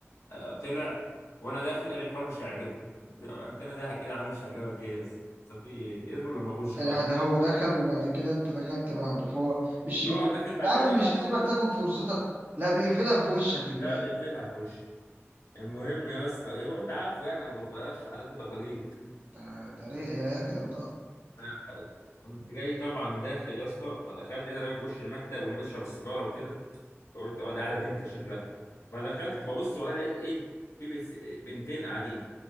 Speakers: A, on the left; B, on the right.
A: آه، طلع وانا داخل قال لي الحوار مش هيعجبك قلت له انت انا ضاحك كده عامل مش هيعجبك ايه يس بس في ايه اصبر لما اخش
B: سيح
A: طيب
B: ده هو دخل وبعد كده انت دخلت بعده فهو مش يا
A: اه داخل بعديه
B: عم
A: بقى
B: مش
A: بعد ما
B: يسيبك
A: هو طلع
B: تاخد فرصتك لا بيقفلها في وشك الباقي
A: لا بيقفلها في وشي المهم يا اسطى إيه، هو انت عارفه يعني ما بتغيرش عادات وتقاليد
B: ده ده ري- يا كده بضل
A: انا كنت جاي طبعا داخل يا اسطى فدخلت لقيت راجل في وش المكتب وبيشرب السيجاره وكده فقلت اه ده قاعده تنكر شكلها فدخلت ببص ولا لقيت ايه في بس- بنتين قاعدين